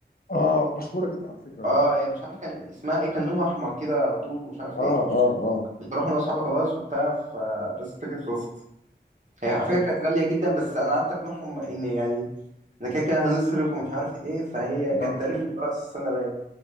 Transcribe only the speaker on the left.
اه مشهوره جدا على فكره ال...
اه
اه اه
اه
آه،